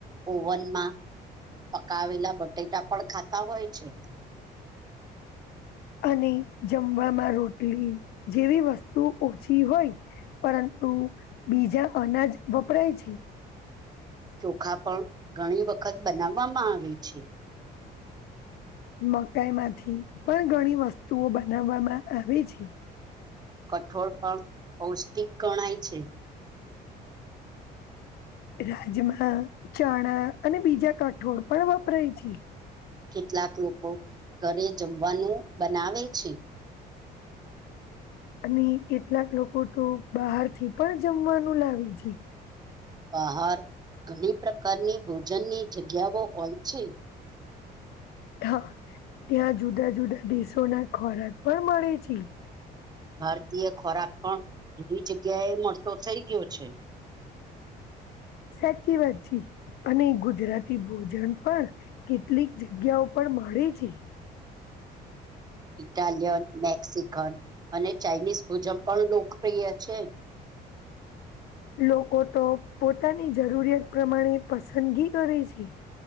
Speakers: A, on the right (about 25°); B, on the left (about 70°).
A: ઓવનમાં પકાવેલા બટેકા પણ ખાતા હોય છે.
B: અને જમવામાં રોટલી જેવી વસ્તુ ઓછી હોય પરંતુ બીજા અનાજ વપરાય છે.
A: ચોખા પણ ઘણી વખત બનાવામાં આવે છે.
B: મકાઈમાંથી પણ ઘણી વસ્તુઓ બનાવામાં આવે છે.
A: કઠોળ પણ પૌષ્ટિક ગણાય છે.
B: રાજમા, ચણા અને બીજા કઠોળ પણ વપરાય છે.
A: કેટલાક લોકો ઘરે જમવાનું બનાવે છે.
B: અને કેટલાક લોકો તો બહારથી પણ જમવાનું લાવે છે.
A: બહાર ઘણી પ્રકારની ભોજનની જગ્યાઓ હોય છે.
B: હા, ત્યાં જુદા-જુદા દેશોના ખોરાક પણ મળે છે.
A: ભારતીય ખોરાક પણ ઘણી જગ્યા એ મળતો થઇ ગયો છે.
B: સાચી, વાત છી. અને ગુજરાતી ભોજન પણ કેટલીક જગ્યાઓ પર મળે છે.
A: <inaudible> ઇટાલિયન, મેક્સિકન અને ચાાઈનીઝ ભોજન પણ લોકપ્રિય છે.
B: લોકો તો પોતાની જરૂરિયાત પ્રમાણે પસંદગી કરે છે.